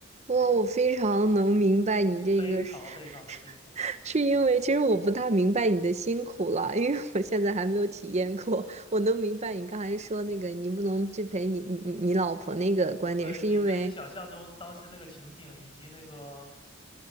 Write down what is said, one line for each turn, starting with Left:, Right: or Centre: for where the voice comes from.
Right: 哇，我非常能明白你这个是，
Left: 非常非常的辛苦。
Right: <laughs> 是因为其实我不大明白你的辛苦了，因为我现在还没有体验过。我能明白你刚才说那个你不能去陪你你你你老婆那个观点，
Left: 对，
Right: 是因为。
Left: 你可以想象中当时那个情景以及那个，